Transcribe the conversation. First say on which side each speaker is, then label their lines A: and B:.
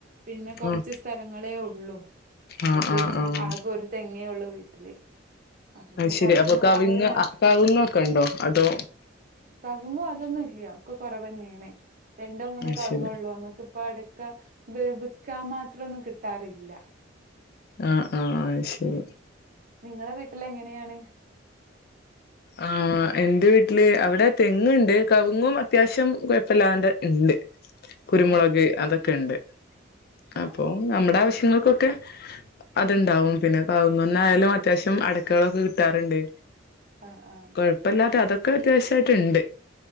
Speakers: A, on the right; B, on the left.
A: പിന്നെ കൊറച്ച്
B: ഉം
A: സ്ഥലങ്ങളേ ഉള്ളു അപ്പൊ
B: ആഹ്
A: പിന്നെ
B: ആഹ് ആഹ്
A: ആകെ ഒരു തെങ്ങേ ഉള്ളു വീട്ടില് അപ്പൊ
B: അഹ്
A: പിന്നെ
B: ശരി
A: പുറത്തുന്ന്
B: അപ്പൊ കവിങ്
A: വാങ്ങല് നിർ
B: അഹ് കവിങ്ങോക്കെ ണ്ടോ അതോ
A: കവങ്ങോ അതൊന്നും ഇല്ല ഒക്കെ കൊറവ ന്നെണേ രണ്ടോ മൂന്നോ
B: അത്
A: കവങ്ങള്ളൂ
B: ശരി
A: നമ്മുക്കിപ്പ അട ക്കാ വി വിക്കാൻ മാത്രൊന്നും കിട്ടാറില്ല
B: ആഹ് ആഹ് ഐ ശരി
A: നിങ്ങളെ വീട്ടിൽ എങ്ങനെയാണ്
B: ആഹ് എന്റെ വീട്ടില് അവിടെ തെങ്ങുണ്ട് കവുങ്ങും അത്യാവശ്യം കുഴപ്പല്ലാണ്ട് ണ്ട് കുരുമുളക്
A: ആ
B: അതൊക്കെ ണ്ട്
A: ആ
B: അപ്പൊ
A: ആ
B: നമ്മുടെ ആവശ്യങ്ങൾക്കൊക്കെ അത്ണ്ടാവും പിന്നെ കവുങ്ങുന്നയാലും അത്യാവശ്യം അടക്കകളൊക്കെ കിട്ടാറുണ്ട്
A: ആഹ് ആഹ്
B: കൊഴപ്പല്ലാതെ അതൊക്കെ അത്യാവശ്യയിട്ടുണ്ട്